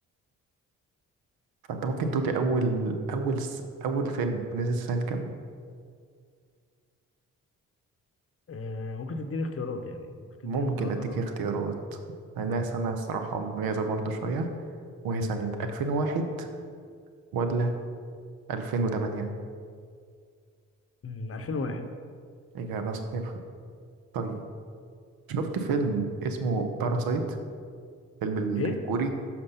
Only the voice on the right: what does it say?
فأنت ممكن تقولي أول أول س... أول فيلم نزل سنة كام
ممكن
أديك
اختيارات أنا
سنة الصراحة مميزة برضو شوية وهي
سنة 2001 ولا 2008
إجابة صحيحة طيب شفت فيلم اسمه باراسايت فيلم
الكوري